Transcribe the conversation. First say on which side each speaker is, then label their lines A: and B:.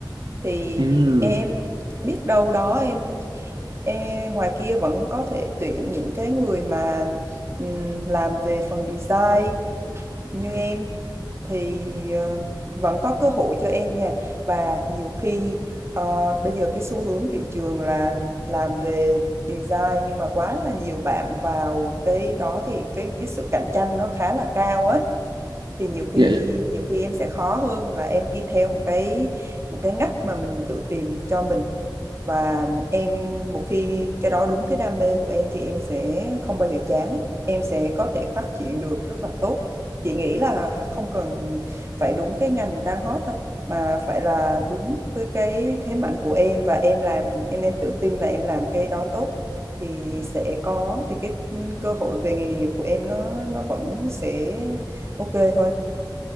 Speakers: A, on the right; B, on the right.
A: thì
B: ừ
A: em biết đâu đó em, em ngoài kia vẫn có thể tuyển những cái người mà ừm, làm về phần design như em thì ờ, vẫn có cơ hội cho em nha và nhiều khi ờ, bây giờ cái xu hướng thị trường là làm về design nhưng mà quá là nhiều bạn vào cái đó thì cái cái sự cạnh tranh nó khá là cao á thì nhiều khi
B: dạ dạ
A: nhiều khi em sẽ khó hơn là em đi theo một cái một cái ngách mà mình tự tìm cho mình và em một khi cái đó đúng cái đam mê của em thì em sẽ không bao giờ chán ấy. em sẽ có thể phát triển được rất là tốt chị nghĩ là không cần phải đúng cái ngành đang hot đâu mà phải là đúng với cái thế mạnh của em và em làm em nên tự tin là em làm cái đó tốt thì sẽ có thì cái cơ hội về nghề nghiệp của em nó nó vẫn sẽ ok thôi